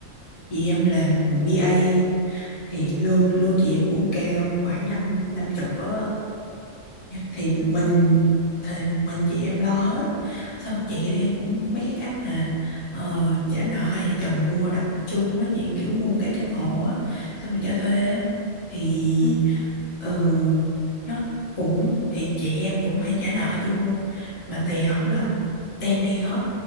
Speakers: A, on the left; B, on the left.
A: chị em làm BA thì lương lương chị em cũng cao khoảng năm năm chục á Như- thì một
B: ừ
A: mình thì một mình chị em lo hết xong chị em cũng mấy cái cái mà ờ, trả nợ hai vợ chồng mua đất chung á chị kiểu mua cái căn hộ á xong mình cho thuê á thì
B: ừ
A: ờ, nó cũng thì chị em cũng phải trả nợ chung luôn mà tiền ổng
B: ừ
A: là ổng đem đi hết